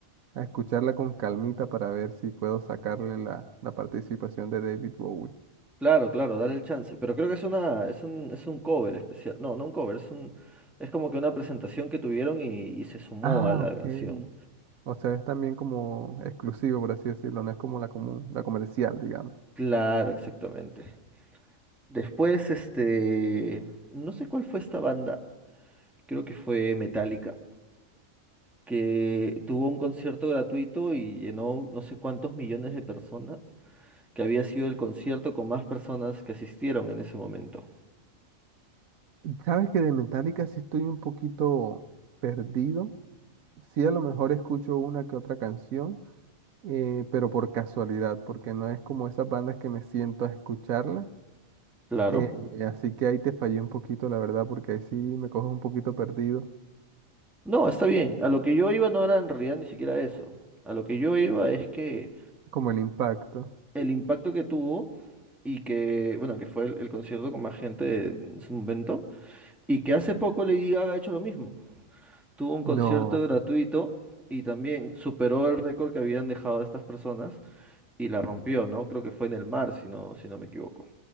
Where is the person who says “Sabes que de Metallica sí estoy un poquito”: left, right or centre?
Right